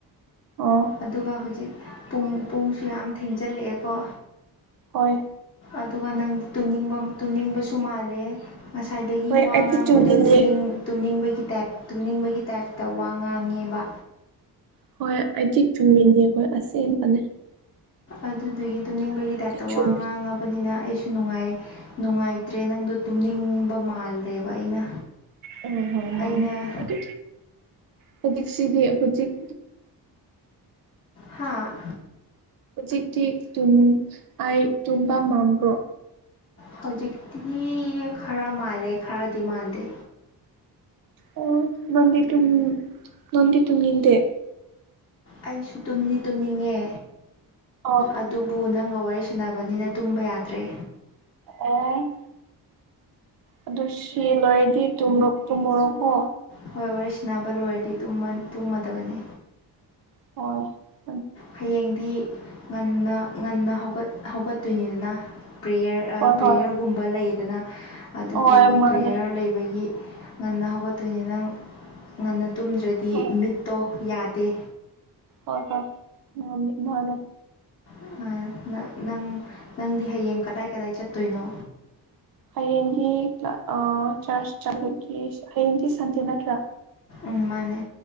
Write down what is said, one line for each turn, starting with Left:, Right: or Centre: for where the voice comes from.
Right: ꯑꯣ
Left: ꯑꯗꯨꯒ ꯍꯧꯖꯤꯛ ꯄꯨꯡ ꯄꯨꯡꯁꯨ ꯌꯥꯝ ꯊꯦꯡꯖꯜꯂꯛꯑꯦꯀꯣ
Right: ꯍꯣꯏ
Left: ꯑꯗꯨꯒ ꯅꯪꯗꯤ ꯇꯨꯝꯅꯤꯡꯕ ꯇꯨꯝꯅꯤꯡꯕꯁꯨ ꯃꯥꯜꯂꯦ ꯉꯁꯥꯏꯗꯒꯤ
Right: ꯍꯣꯏ
Left: ꯋꯥ
Right: ꯑꯩꯗꯤ
Left: ꯉꯥꯡꯕꯗꯣ
Right: ꯆꯨꯝꯃꯤꯅꯦ
Left: ꯇꯨꯅꯤꯡ ꯇꯨꯝꯅꯤꯡꯕꯒꯤ ꯇꯥꯏꯞ ꯇꯨꯝꯅꯤꯡꯕꯒꯤ ꯇꯥꯏꯞꯇ ꯋꯥ ꯉꯥꯡꯉꯦꯕ
Right: ꯍꯣꯏ ꯑꯩꯗꯤ ꯇꯨꯝꯅꯤꯡ ꯉꯦꯕ ꯑꯁꯦꯡꯕ ꯅꯦ
Left: ꯑꯗꯨꯗꯨꯒꯤ ꯇꯨꯝꯅꯤꯡꯕꯒꯤ ꯇꯥꯏꯞꯇ
Right: ꯆꯨꯝꯃꯦ
Left: ꯋꯥ ꯉꯥꯡꯉꯕꯅꯤꯅ ꯑꯩꯁꯨ ꯅꯨꯡꯉꯥꯏ ꯅꯨꯡꯉꯥꯏꯇ꯭ꯔꯦ ꯅꯪꯗꯣ ꯇꯨꯝꯅꯤꯡꯕ ꯃꯥꯜꯂꯦꯕ ꯑꯩꯅ
Right: ꯑꯣ <unintelligible> ꯍ ꯃꯥ
Left: ꯑꯩꯅ
Right: ꯑꯗꯨ ꯍꯧꯖꯤꯛꯁꯤꯒꯤ ꯍꯧꯖꯤꯛ
Left: ꯍꯥꯥ
Right: ꯍꯧꯖꯤꯛꯇꯤ ꯇꯨꯝ ꯑꯩ ꯇꯨꯝꯕ ꯃꯥꯝꯕ꯭ꯔꯣ
Left: ꯍꯧꯖꯤꯛꯇꯤꯗꯤ <unintelligible> ꯈꯔ ꯃꯥꯜꯂꯦ ꯈꯔꯗꯤ ꯃꯥꯟꯗꯦ
Right: ꯑꯣ ꯅꯟꯗꯤ ꯇꯨꯝꯅꯤꯡ ꯅꯪꯗꯤ ꯇꯨꯝꯅꯤꯡꯗꯦ
Left: ꯑꯩꯁꯨ ꯇꯨꯝꯗꯤ ꯇꯨꯝꯅꯤꯡꯉꯦ
Right: ꯑꯣ
Left: ꯑꯗꯨꯕꯨ ꯅꯪ ꯑꯗꯨꯒ ꯋꯥꯔꯤ ꯁꯥꯟꯅꯕꯅꯤꯅ ꯇꯨꯝꯕ ꯌꯥꯗ꯭ꯔꯦ
Right: ꯑꯣ <unintelligible> ꯑꯗꯨ ꯁꯤ ꯂꯣꯏꯔꯗꯤ ꯇꯨꯝꯔꯣ ꯇꯨꯝꯃꯨꯔꯣ ꯀꯣ
Left: ꯍꯣꯏ ꯋꯥꯔꯤꯁꯤꯅꯕ ꯂꯣꯏꯔꯗꯤ ꯇꯨꯝꯃ ꯇꯨꯝꯃꯗꯕꯅꯦ
Right: ꯍꯣꯏ <unintelligible>
Left: ꯍꯌꯦꯡꯗꯤ ꯉꯟꯅ ꯉꯟꯅ ꯍꯧꯒꯠ ꯍꯧꯒꯠꯇꯣꯏꯅꯤꯗꯅ ꯄ꯭ꯔꯦꯌꯔ ꯑ
Right: ꯍꯣꯏ
Left: ꯄ꯭ꯔꯦꯌꯔꯒꯨꯝꯕ
Right: ꯍꯣꯏ
Left: ꯂꯩꯗꯅ ꯑꯗꯨꯗꯨꯒꯤ
Right: ꯍꯣꯏ ꯃꯥꯅꯦ
Left: ꯄ꯭ꯔꯦꯌꯔ ꯂꯩꯕꯒꯤ ꯉꯟꯅ ꯍꯧꯒꯠꯇꯣꯏꯅꯤ ꯅꯪ ꯉꯟꯅ ꯇꯨꯝꯗ꯭ꯔꯗꯤ
Right: ꯍꯣꯏ
Left: ꯃꯤꯠꯇꯣ ꯌꯥꯗꯦ
Right: ꯍꯣꯏ ꯍꯣꯏ ꯉꯃꯤ ꯃꯥꯅꯦ <unintelligible>
Left: ꯎ ꯅꯪ ꯅꯪ ꯅꯪꯗꯤ ꯍꯌꯦꯡ ꯀꯗꯥꯏ ꯀꯗꯥꯏꯗ ꯆꯠꯇꯣꯏꯅꯣ
Right: ꯍꯌꯦꯡꯒꯤ <unintelligible> ꯆꯔꯁ ꯆꯠꯂꯒꯦ ꯍꯌꯦꯡꯗꯤ ꯁꯟꯗꯦ ꯅꯠꯇ꯭ꯔꯥ
Left: ꯎ ꯃꯥꯅꯦ